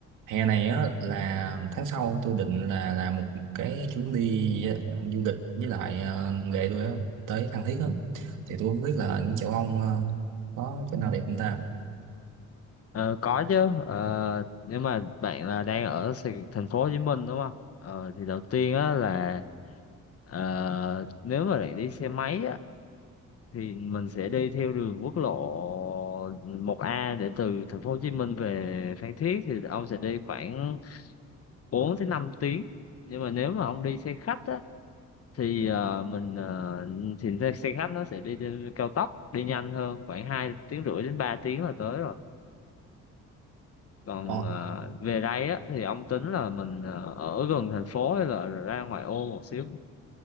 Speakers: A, on the right; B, on the left.
A: hè này á là tháng sau tôi định là làm một cái chuyến đi ờ, du lịch với lại ờ, ghệ tôi á tới Phan Thiết á thì tôi không biết là những chỗ ông ờ, có chỗ nào đẹp không ta
B: Ờ, có chứ ờ, nếu mà bạn là đang ở Sài- thành phố Hồ Chí Minh đúng không? Ờ, thì đầu tiên á là ờ, nếu mà bạn đi xe máy á thì mình sẽ đi theo đường quốc lộ một a để từ thành phố Hồ Chí Minh về Phan Thiết thì ông sẽ đi khoảng 4 tới 5 tiếng. Nhưng mà nếu mà ông đi xe khách á thì ờ, mình ờ, thì xe xe khách nó sẽ đi trên cao tốc đi nhanh hơn khoảng 2 tiếng rưỡi đến 3 tiếng là tới rồi. còn
A: ồ
B: ờ, về đây á thì ông tính là mình ờ, ở gần thành phố hay là ra ngoài ô một xíu